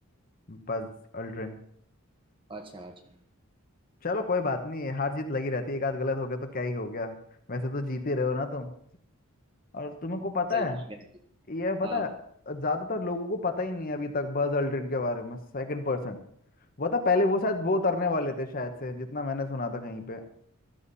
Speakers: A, on the left (about 40°); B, on the right (about 25°).
A: Buzz Aldrin
B: अच्छा अच्छा
A: चलो कोई बात नहीं हार जीत लगी रहती है एक आध गलत हो गया तो क्या ही हो गया वैसे तो जीत ही रहे हो ना तुम और तुम्हें को पता
B: चल
A: है
B: ठीक है चल
A: ये पता
B: हाँ
A: है ज्यादातर लोगों को पता ही नहीं है अभी तक बज अल्ड्रिन के बारे में सेकंड पर्सन वो था पहले वो शायद वो उतरने वाले थे शायद से जितना मैंने सुना था कहीं पे